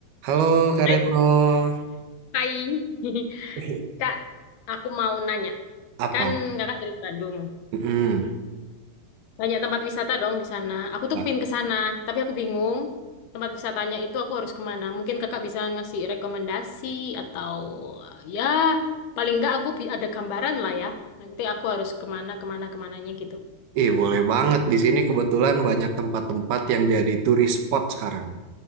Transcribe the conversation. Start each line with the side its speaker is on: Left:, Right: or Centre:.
Right: Halo Kak
Left: Hai,
Right: Retno.
Left: hai. <laughs>
Right: Ih,
Left: Kak, aku mau nanya.
Right: Apa?
Left: Kan kakak dari Bandung.
Right: Mm-mm.
Left: Banyak tempat wisata dong di sana. Aku tuh
Right: Nah,
Left: kepin ke sana, tapi aku bingung tempat wisatanya itu aku harus kemana. Mungkin kakak bisa ngasih rekomendasi atau ya paling nggak aku bi- ada gambaran lah ya. Nanti aku harus kemana, kemana, kemananya gitu.
Right: Ih, boleh banget. Di sini kebetulan banyak tempat-tempat yang jadi turis spot sekarang.